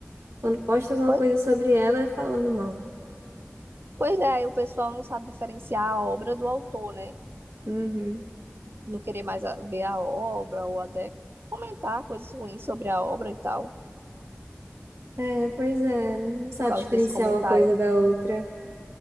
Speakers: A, on the right (about 75°); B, on the right (about 55°).
A: Quando posta alguma
B: Pois,
A: coisa sobre ela, é falando mal.
B: pois é, aí o pessoal não sabe diferenciar a obra do autor, né?
A: Uhum.
B: Não querer mais a- ver a obra ou até comentar coisas ruins sobre a obra e tal,
A: É, pois é, não sabe
B: por causa
A: diferenciar
B: desse comentário.
A: uma coisa da outra.